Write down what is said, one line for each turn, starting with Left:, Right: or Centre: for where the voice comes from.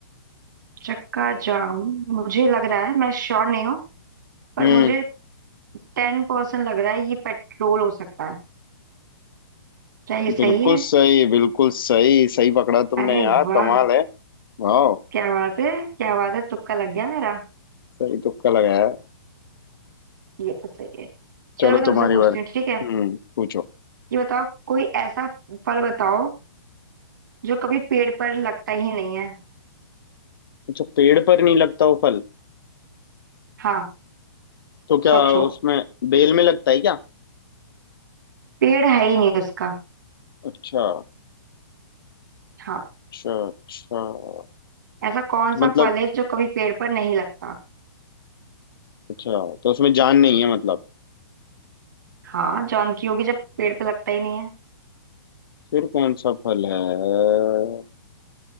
Right: चक्का जाम मुझे लग रहा है मैं श्योर नहीं हूँ पर
Left: हम्म
Right: मुझे टेन परसेंट लग रहा है ये पेट्रोल हो सकता है क्या ये सही
Left: बिल्कुल
Right: है
Left: सही बिल्कुल सही सही पकड़ा तुमने
Right: अरे
Left: यार
Right: वाह
Left: कमाल है वाह
Right: क्या बात है क्या बात है तुक्का लग गया मेरा
Left: सही तुक्का लगाया है।
Right: ये तो सही है चलो
Left: चलो
Right: मैं तुमसे
Left: तुम्हारी
Right: पूछती
Left: बार हम्म
Right: हूँ ठीक है
Left: पूछो
Right: ये बताओ कोई ऐसा फल बताओ जो कभी पेड़ पर लगता ही नहीं है
Left: अच्छा पेड़ पर नहीं लगता वो फल
Right: हाँ
Left: तो क्या
Right: सोचो
Left: उसमें बेल में लगता है क्या
Right: पेड़ है ही नहीं उसका
Left: अच्छा
Right: हाँ
Left: अच्छा अच्छा तो
Right: ऐसा कौन
Left: मतलब
Right: सा फल है जो कभी पेड़ पर नहीं लगता
Left: अच्छा तो उसमें जान नहीं है मतलब
Right: हाँ जॉन की होगी जब पेड़ पर लगता ही नहीं है
Left: फिर कौन सा फल है हम्म,